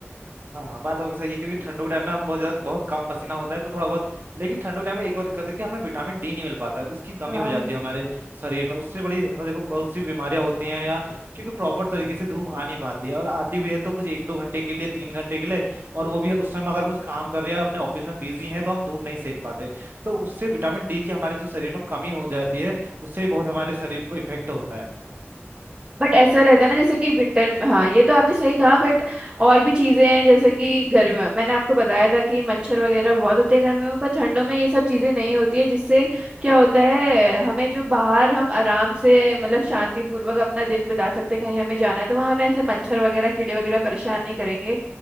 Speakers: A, on the right (about 50°); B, on the right (about 20°).
A: हाँ बात आपकी सही है क्योंकि ठंडों के टाइम में हमें बहुत ज्यादा बहुत कम पसीना होता है तो थोड़ा बहुत लेकिन ठंडों के टाइम में एक और दिक्कत है कि हमें विटामिन डी नहीं मिल पाता है उसकी कमी
B: हाँ
A: हो जाती है हमारे शरीर में उससे बड़ी मतलब देखो बहुत सी बीमारियां होती हैं या क्योंकि प्रॉपर तरीके से धूप आ नहीं पाती है और आती भी है तो कुछ एक दो घंटे के लिए तीन घंटे के लिए और वो भी उस समय अगर कुछ काम कर रहे हैं अपने ऑफिस में बिजी हैं तो हम धूप नहीं सेक पाते तो उससे विटामिन डी की हमारे जो शरीर में कमी हो जाती है उससे भी बहुत हमारे शरीर को इफेक्ट होता है
B: बट ऐसा रहता है ना जैसे कि विंटर हाँ ये तो आपने सही कहा बट और भी चीजें हैं जैसे कि गर्मी मैंने आपको बताया था कि मच्छर वगैरह बहुत होते हैं गर्मियों में पर ठंडों में ये सब चीजें नहीं होती है जिससे क्या होता है हमें जो बाहर हम आराम से मतलब शांतिपूर्वक अपना दिन बिता सकते हैं कहीं हमें जाना है तो वहाँ हमें ऐसे मच्छर वगैरह कीड़े वगैरह परेशान नहीं करेंगे